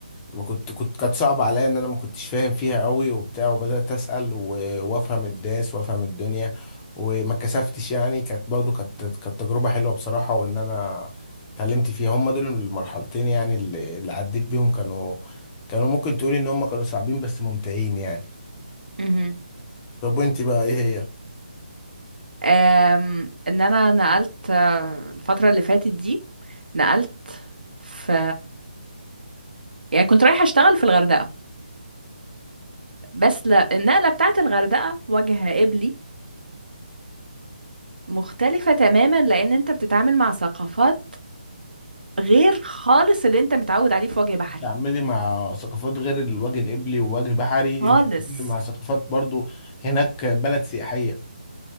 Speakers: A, on the left; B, on the right.
A: ما كنت كنت كانت صعبه عليا ان انا ما كنتش فاهم فيها قوي وبتاع وبدات اسال و- وافهم الناس وافهم الدنيا وما اتكسفتش يعني كانت برضو كانت كانت تجربه حلوه بصراحه وان انا اتعلمت فيها هم دول المرحلتين يعني اللي اللي عديت بيهم كانوا كانوا ممكن تقولي ان هم كانوا صعبين بس ممتعين يعني
B: امم
A: طب وانت بقى ايه هي
B: أم... ان انا نقلت آه، الفترة اللي فاتت دي نقلت في يعني كنت رايحة اشتغل في الغردقة بس لا النقلة بتاعت الغردقة وجه قبلي مختلفة تماما لأن أنت بتتعامل مع ثقافات غير خالص اللي أنت متعود عليه في وجه بحري
A: تعملي مع ثقافات غير الوجه القبلي ووجه بحري
B: خالص
A: انت بتتعاملي مع ثقافات برضو هناك بلد سياحية